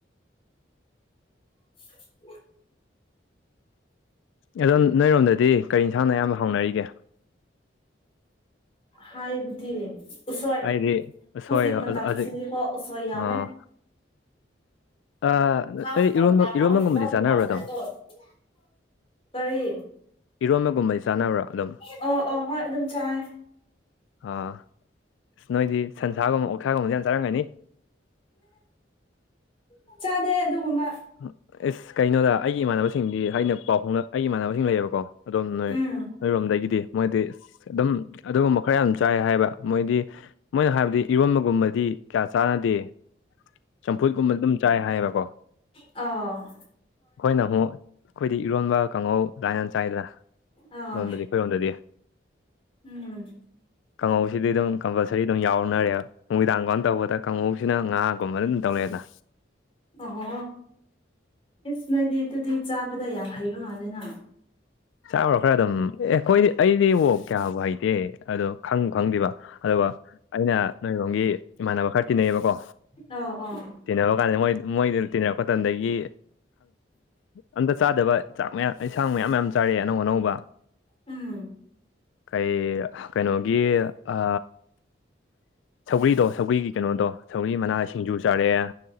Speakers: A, on the left; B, on the left.
A: <inaudible>
B: ꯑꯗꯣ ꯅꯣꯏꯔꯣꯝꯗꯗꯤ ꯀꯔꯤ ꯌꯦꯟꯁꯥꯡꯅ ꯑꯌꯥꯝꯕ ꯍꯧꯎꯅꯔꯤꯒꯦ
A: ꯍꯥꯏꯕꯗꯤ ꯎꯁꯣꯏ
B: ꯑꯩꯗꯤ
A: ꯍꯧꯖꯤꯛ
B: ꯁꯣꯏ
A: ꯃꯇꯝꯁꯤꯗꯤꯀꯣ
B: ꯍꯧꯖꯤꯛ
A: ꯎꯁꯣꯏ ꯌꯥꯝꯃꯦ
B: ꯑꯥ ꯑꯥ
A: <unintelligible>
B: ꯅꯣꯏ ꯏꯔꯣꯟꯕ ꯏꯔꯣꯟꯕꯒꯨꯝꯕꯗꯤ ꯆꯥꯅꯕ꯭ꯔꯥ ꯑꯗꯨꯝ
A: ꯀꯔꯤ
B: ꯏꯔꯣꯟꯕꯒꯨꯝꯕꯩ ꯆꯥꯅꯕ꯭ꯔꯥ ꯑꯗꯨꯝ
A: ꯑꯣ ꯑꯣ ꯍꯣꯏ ꯑꯗꯨꯝ ꯆꯥꯏ
B: ꯑꯥ ꯅꯣꯏꯗꯤ ꯁꯟꯁꯥꯒꯨꯝꯕ ꯑꯣꯊꯥꯒꯨꯝꯕꯁꯨ ꯌꯥꯝ ꯆꯥꯔꯝꯒꯅꯤ
A: ꯎ ꯆꯥꯗꯦ ꯑꯗꯨꯒꯨꯝꯕ
B: ꯍ ꯑꯦꯁ ꯀꯩꯅꯣꯗ ꯑꯩꯒꯤ ꯏꯃꯥꯟꯅꯕꯁꯤꯡꯗꯤ ꯑꯩꯅ ꯄꯥꯎ ꯐꯅꯛ ꯑꯩꯒꯤ ꯏꯃꯥꯟꯅꯕꯁꯤꯡ ꯂꯩꯌꯦꯕꯀꯣ ꯑꯗꯣꯝ ꯅꯣꯏ
A: ꯎꯝ
B: ꯑꯩꯔꯣꯝꯗꯒꯤꯗꯤ ꯃꯣꯏꯗꯤ ꯑꯗꯨꯝ ꯑꯗꯨꯒꯨꯝꯕ ꯈꯔ ꯌꯥꯝ ꯆꯥꯏ ꯍꯥꯏꯕ ꯃꯣꯏꯗꯤ ꯃꯣꯏꯅ ꯍꯥꯏꯕꯗꯤ ꯏꯔꯣꯟꯕꯒꯨꯝꯕꯗꯤ ꯀꯌꯥ ꯆꯥꯟꯅꯗꯦ ꯆꯝꯐꯨꯠꯀꯨꯝꯕ ꯑꯗꯨꯝ ꯆꯥꯏ ꯍꯥꯏꯌꯦꯕꯀꯣ
A: ꯑ
B: ꯑꯩꯈꯣꯏꯅ ꯑꯃꯨꯛ ꯑꯩꯈꯣꯏꯗꯤ ꯏꯔꯣꯟꯕ ꯀꯥꯡꯍꯧ ꯂꯥꯏꯅ ꯆꯥꯏꯗꯅ
A: ꯑꯥ
B: ꯂꯣꯟꯝꯗꯗꯤ ꯑꯩꯉꯣꯟꯗꯗꯤ
A: ꯎꯝ
B: ꯀꯥꯡꯍꯧꯁꯤꯗꯤ ꯑꯗꯨꯝ ꯀꯝꯄꯜꯁꯔꯤ ꯑꯗꯨꯝ ꯌꯥꯎꯅꯔꯦꯕ ꯅꯨꯃꯤꯗꯥꯡ ꯀꯝ ꯇꯧꯕꯗ ꯀꯥꯡꯉꯧꯁꯤꯅ ꯉꯥꯒꯨꯝꯕꯅ ꯑꯗꯨꯝ ꯇꯧꯔꯛꯦꯅ
A: ꯑꯣ ꯍꯣ ꯏꯁꯁ ꯅꯣꯏꯗꯤ ꯑꯗꯨꯗꯤ ꯆꯥꯕꯗ ꯌꯥꯝ ꯍꯩꯕ ꯃꯥꯜꯂꯦꯅ
B: ꯌꯥꯔꯣ ꯈꯔ ꯑꯗꯨꯝ ꯑꯦ ꯑꯩꯈꯣꯏꯗꯤ ꯑꯩꯗꯤ ꯋꯣꯛ ꯀꯌꯥꯕꯨ ꯍꯩꯇꯦ ꯑꯗꯣ ꯈꯪ ꯈꯪꯗꯦꯕ ꯑꯗꯨꯒ ꯑꯩꯅ ꯅꯣꯏꯔꯣꯡꯒꯤ ꯏꯃꯥꯟꯅꯕ ꯈꯔ ꯇꯤꯟꯅꯩꯑꯕꯀꯣ
A: ꯑꯣ ꯑꯣ
B: ꯇꯤꯟꯅꯕ ꯀꯥꯟꯗ ꯃꯣꯏ ꯃꯣꯏꯗꯨ ꯇꯤꯟꯅꯔꯛꯄ ꯃꯇꯝꯗꯒꯤ ꯑꯝꯇ ꯆꯥꯗꯕ ꯆꯥꯛ ꯃꯌꯥꯝ ꯏꯟꯁꯥꯡ ꯃꯌꯥꯝ ꯃ ꯆꯥꯔꯑꯦ ꯑꯅꯧ ꯑꯅꯧꯕ
A: ꯎꯝ
B: ꯀꯩ ꯀꯩꯅꯣꯒꯤ ꯑ ꯁꯧꯒ꯭ꯔꯤꯗꯣ ꯁꯧꯒ꯭ꯔꯤꯒꯤ ꯀꯩꯅꯣꯗꯣ ꯁꯧꯒ꯭ꯔꯤ ꯃꯅꯥ ꯁꯤꯡꯖꯨ ꯆꯥꯔꯛꯑꯦ